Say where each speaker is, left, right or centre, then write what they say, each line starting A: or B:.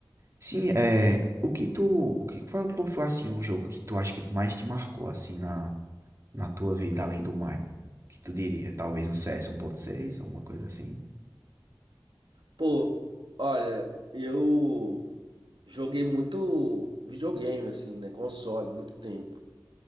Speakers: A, on the right; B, on the right.
A: Sim, é. O que tu. O que, qual, qual foi assim um jogo que tu acha que mais te marcou assim na, na tua vida, além do Mine? Que tu diria? Talvez um C S um ponto seis ou uma coisa assim?
B: Pô, olha, eu joguei muito videogame assim, né, console, muito tempo.